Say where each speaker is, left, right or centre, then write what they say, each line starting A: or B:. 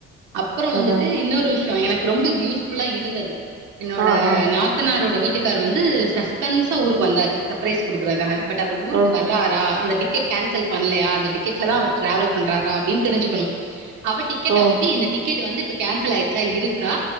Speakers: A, on the right; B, on the right.
A: அப்றோ வந்துட்டு
B: அதா
A: இன்னொரு விஷ்யோ எனக்கு ரொம்ப கியூஸ்ஃபுலா இருந்தது என்னோட
B: ஆ ஆ
A: நாத் நாத்தனாரோட வீட்டுக்காரு வந்து சஸ்பென்ஸா ஊருக்கு வந்தாரு சப்ரைஸ் குடுக்குறதுக்காக ப ட் அவரு ஊருக்கு
B: ஓஹோ
A: வர்றாரா அந்த டிக்கெட் கேன்சல் பண்லயா அந்த டிக்கட்ல தா அவர் ட்ராவல் பண்றாறா அப்டின் தெரிச்சுக்கணு அவ டிக்கெட்
B: ஓ
A: அனுப் பி இந்த டிக்கெட் வந்து இப்ப கேன்சல் ஆயிருச்சா இருக்கா